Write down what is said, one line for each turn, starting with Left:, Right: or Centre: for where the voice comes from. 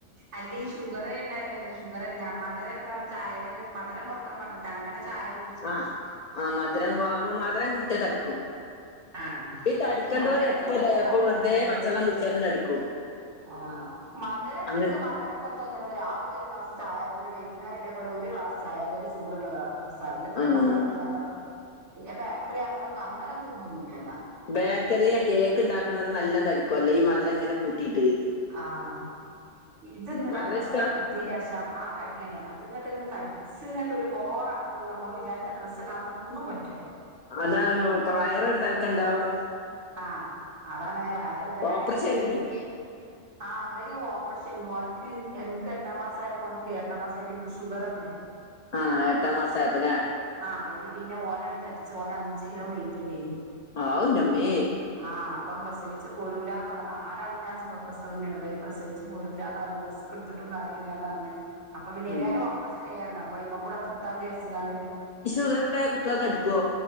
Right: അല്ല ഈ ഷുഗർ ഇണ്ട ഷുഗർ അല്ല മധുരൊക്കെ ചായേലൊക്കെ മധരം കൊറക്കാൻ പർഞ്ഞ് നങ്ങടെ ചായിം
Left: ആഹ് ആഹ് മധുരംമ്മ മധുരം കൂട്ട്യ തടിക്കും
Right: ആഹ്
Left: ഈ തടിക്കണ്ടോവര്
Right: മധുരച്ചപ്പ
Left: എപ്പൊ <unintelligible>
Right: എത്ത
Left: എപ്പൊ
Right: മധുരം
Left: വെറുതെ
Right: തിന്നണത്
Left: പച്ചള്ളം കുട്ച്ചാലും തടിക്കും
Right: ആഹ് മദുര വച്ചിട്ട്
Left: അങ്ങനെ
Right: മദരം പത്ത തന്നെ രാവിലെ ഒരു ഗ്ലാസ് ചായ അതേ പോലെ വൈകുന്നേരം ഇതേ പോലെ ഒരു ഗ്ലാസ് ചായ അതന്നെ ചൂട്ള്ള ഗ്ലാസ് സകലപ്പം
Left: ആഹ്
Right: മധുരപ്പ അയ്ന് അത്ര പിന്നെ ബേക്കറി അങ്ങനെൊന്നും അങ്ങനെ ത്ന്നൊന്നുല്ല ഞാ
Left: ബേക്കറിയാ കേക്ക് ഇണ്ടാക്ക്ണോര് നല്ലോം തടിക്കുംല്ലോ ഈ മധുരം ഇങ്ങനെ കൂട്ടീട്ട്
Right: ആഹ് ഇതൊന്ന്
Left: മധുരം
Right: ഞാൻ പ്രസവം
Left: ഇഷ്ടാ
Right: നിർ ത്തീൻ്റേശം ആ തടിയന്നെ അത്ങ്ങട്ട് ഇങ്ങട്ട് തടി ച്ച് ങ്ങട്ട് ഒരു ബോറാണ് ഇപ്പൊ നമ്മൾ വിചാരിച്ച ഡ്രസ്ടാനൊന്നും പറ്റൂല
Left: അതാ <unintelligible> വയറ് ഒരു തൽക്ക ഇണ്ടാവും
Right: ആഹ് അതാണ് വയറ് ഇപനാണെങ്കില്
Left: ഓപ്പറേഷൻ ആയിരുന്നേ
Right: വെയ്റ്റ് ആഹ് ഇപന് ഓപ്പർഷേനി ഓൻക്ക് എൻക്ക് എട്ടാം മാസ ആയപ്പോ ഓൻക്ക് എട്ടാം മാസ <unintelligible> എൻക്ക് ഷുഗറന്ന്
Left: ആഹ് എട്ടാം മാസ ആയപ്പോ ല്ലേ
Right: ആഹ് അയ്ല് പിന്നെ ഓനണ്ട് തടിച്ചു ഓന അഞ്ച് കിലോ വെയിറ്റ് ഉണ്ടേനി.
Left: ആവ് ഇൻ്റെ ഇമ്മേ
Right: ആഹ് അപ്പം പ്രസവിച്ച് പോരൂലാന്ന് പർഞ് നാലാളും ഞാൻ സുഖപ്രസവന്നേണ് ഇപനെ പ്രസവിച്ച് പോരൂല ന്ന് പർഞ് ക്ട്ത്തിട്ടും കാര്യം ഇല്ലാന്നർഞ് അപ്പൊ പിന്നെ
Left: ഉം
Right: ഏതായാലും ഓപ്പറേഷൻ ചെയ്യാരുന്നു അപ്പ അയമ്മ കൂടെ നിർത്താൻ ചാരിച്ച്കാണ്ട്
Left: ഷുഗർ ഇണ്ടായ കുട്ടിയാള് തടിക്കോ